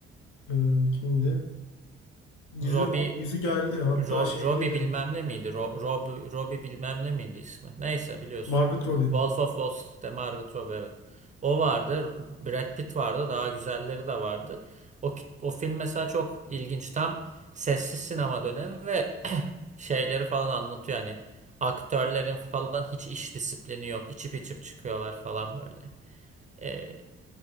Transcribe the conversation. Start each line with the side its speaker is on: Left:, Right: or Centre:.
Left: e, kimdi? Yüzü,
Right: Robbie
Left: yüzü geldi. Hatta
Right: Rob,
Left: şeyde
Right: Robbie
Left: de
Right: bilmem ne miydi? Ro, Rob, Robbie bilmem ne miydi ismi? Neyse biliyorsun.
Left: Margot Robbie.
Right: Wolf of Wall Street'te Margot Robbie evet. O vardı. Brad Pitt vardı. Daha güzelleri de vardı. O, ki- o film mesela çok ilginç. Tam sessiz sinema dönemi ve <clears throat> şeyleri falan anlatıyor. Yani aktörlerin falan hiç iş disiplini yok. İçip içip çıkıyorlar falan böyle. Ee,